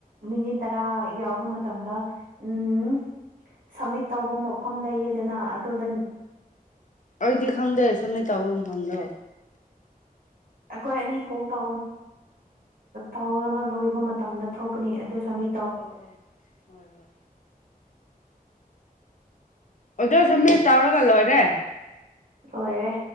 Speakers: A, on the right; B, on the left.
A: ꯃꯤꯅꯤꯠ ꯇꯔꯥ ꯌꯥꯎꯕ ꯃꯇꯝꯗ ꯎꯝ ꯁꯝꯃꯤꯠ ꯇꯧꯕ ꯃꯐꯝ ꯂꯩꯌꯦꯗꯅ ꯑꯗꯨꯗ
B: ꯑꯩꯗꯤ ꯈꯪꯗꯦ ꯁꯥꯃꯤꯠ ꯇꯧꯕ ꯃꯇꯝꯗꯣ
A: ꯑꯩꯈꯣꯏ ꯑꯅꯤ ꯀꯣꯜ ꯇ ꯇꯧꯔꯒ ꯂꯣꯏꯕ ꯃꯇꯝꯗ ꯊꯣꯛꯀꯅꯤ ꯑꯗꯨ ꯁꯃꯤ
B: ꯑꯣ ꯑꯣ ꯍꯣꯏ ꯍꯣꯏ ꯑꯣꯗꯣꯏꯁꯨ ꯃꯤ ꯇꯧꯔꯒꯥ ꯂꯣꯏꯔꯦ
A: ꯂꯣꯏꯔꯦ